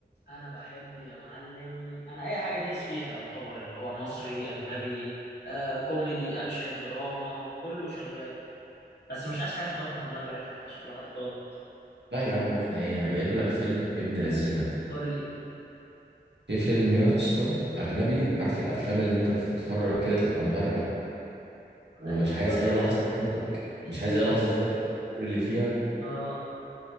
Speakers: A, on the left (about 75°); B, on the right (about 80°).
A: انا بحب يا معلم انا اي حاجه دايس فيها يعتبر اللي هو مصري اجنبي آه، كوميدي اكشن دراما كله شغال بس مش عايز حاجات محنه الله يبارك لك عشان الواحد جابط
B: لا يا عم واحنا ايه انا جايب لك فيلم ابن لذينه
A: قول لي
B: في فيلم يا اسطى اجنبي عارف الافلام اللي انت بتتفرج كده تبقى مبرق ومش
A: ايوه
B: عايز اي لحظه تفوتك
A: اديني
B: مش عايز اي لحظه تفوتك في الفكر اللي فيها
A: اه